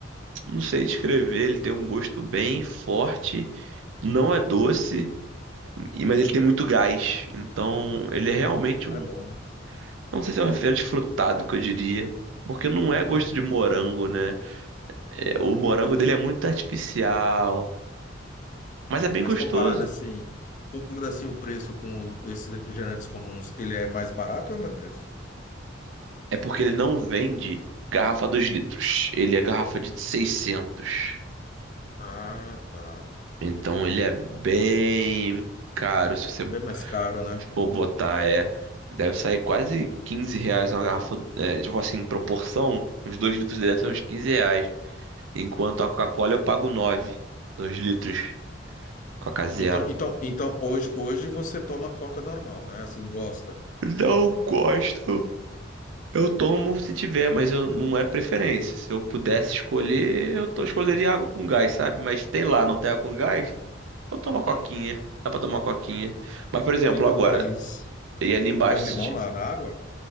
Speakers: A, on the right (about 75°); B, on the left (about 40°).
A: Não sei descrever. Ele tem um gosto bem forte. Não é doce, e- mas ele tem muito gás. Então, ele é realmente
B: Ah,
A: um.
B: é bom, né?
A: Não sei se é um refrigerante frutado que eu diria. Porque não é gosto
B: Hum.
A: de morango, né? É, O morango dele é muito artificial. Mas é bem
B: Mas
A: gostoso.
B: comparado assim, comparado assim o preço com os- esses refrigerantes comuns, ele é mais barato ou é o mesmo preço?
A: É porque ele não vende garrafa 2 litros. Ele é garrafa de 600.
B: Ah, tá.
A: Então ele é bem caro. Se você
B: Bem mais caro, né?
A: for botar, é. Deve sair quase 15 reais uma garrafa. É, tipo assim, em proporção, uns 2 litros dele são
B: Hum.
A: uns 15 reais. Enquanto a Coca-Cola eu pago 9 2 litros. Coca zero.
B: Então, então, então hoje, hoje você toma Coca normal, né? Assim, gosta.
A: Não gosto. Eu tomo se tiver, mas eu, não é preferência. Se eu pudesse escolher, eu tô, escolheria água com gás, sabe? Mas tem lá, não tem água com gás? Eu tomo uma coquinha.
B: Hum.
A: Dá pra tomar uma coquinha. Mas, por exemplo,
B: E tu
A: agora,
B: pões,
A: e ali embaixo,
B: tu pões
A: se
B: limão
A: ti-
B: na, na água?